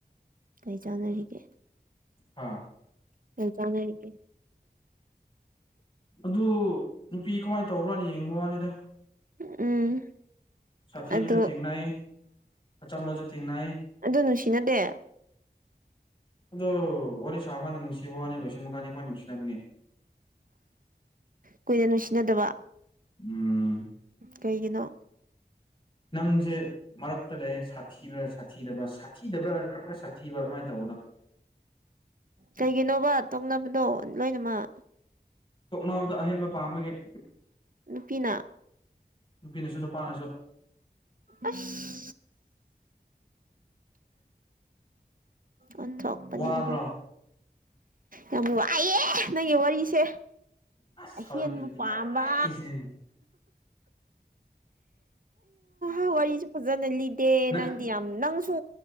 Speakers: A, on the right; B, on the left.
A: ꯀꯔꯤ ꯆꯥꯟꯅꯔꯤꯒꯦ
B: ꯍꯥ
A: ꯆ ꯆꯥꯟꯅ ꯍꯒꯦ
B: ꯑꯗꯨ ꯅꯨꯄꯤ ꯀꯃꯥꯏꯅ ꯇꯧꯕ꯭ꯔꯣꯅ ꯌꯦꯡꯕ ꯋꯥꯅꯤꯗ
A: ꯎꯝ
B: ꯁꯥꯊꯤꯕꯁꯨ
A: ꯑꯗꯣ
B: ꯊꯦꯡꯅꯩ ꯑꯆꯝꯕꯁꯨ ꯊꯦꯡꯅꯩ
A: ꯑꯗꯨ ꯅꯨꯡꯁꯤꯅꯗꯦ
B: ꯑꯗꯣ ꯋꯥꯔꯤ ꯁꯥꯕ ꯀꯥꯟꯗ ꯅꯨꯡꯁꯤꯕ ꯋꯥꯅꯤ ꯂꯣꯏꯁꯤꯟꯕ ꯀꯥꯟꯗ ꯀꯥꯏ ꯅꯨꯡꯁꯤꯅꯒꯅꯤ
A: ꯀꯨꯏꯅ ꯅꯨꯡꯁꯤꯅꯗꯕ
B: ꯎꯝ
A: ꯀꯩꯒꯤꯅꯣ
B: ꯅꯪꯁꯦ ꯃꯔꯛꯇ ꯂꯩꯌꯦ ꯁꯥꯊꯤꯕ꯭ꯔꯥ ꯁꯥꯊꯤꯗꯕ꯭ꯔ ꯁꯥꯊꯤꯗꯕ꯭ꯔꯥ ꯈꯔ ꯈꯔ ꯁꯥꯊꯤꯕ꯭ꯔꯥ ꯑꯗꯨꯃꯥꯏꯅ ꯇꯧꯕꯗꯣ
A: ꯀꯩꯒꯤꯅꯣꯕ ꯇꯣꯛꯅꯕꯗꯣ ꯂꯣꯏꯅꯃꯛ
B: ꯇꯣꯛꯅꯕꯗ ꯑꯍꯦꯟꯕ ꯄꯥꯝꯃꯒꯦ
A: ꯅꯨꯄꯤꯅ
B: ꯅꯨꯄꯤꯅꯁꯨ ꯅꯨꯄꯥꯅꯁꯨ
A: ꯑꯁ ꯑꯣꯟꯊꯣꯛꯄꯅꯤꯅꯀꯣ
B: ꯋꯥꯕ꯭ꯔꯣ
A: ꯌꯥꯝ ꯋꯥꯏꯑꯦ ꯅꯪꯒꯤ ꯋꯥꯔꯤꯁꯦ
B: ꯑꯁ
A: ꯑꯍꯦꯟꯕ
B: ꯍꯧꯖꯤꯛꯀꯤꯗꯨꯗꯤ
A: ꯄꯥꯝꯕ
B: ꯌꯥꯝ ꯋꯥꯏꯁꯤꯅꯦ
A: ꯑ ꯋꯥꯔꯤꯁꯨ ꯐꯖꯅ ꯂꯤꯗꯦ
B: ꯅꯪ
A: ꯅꯪꯗꯤ ꯌꯥꯝ ꯅꯪꯁꯨ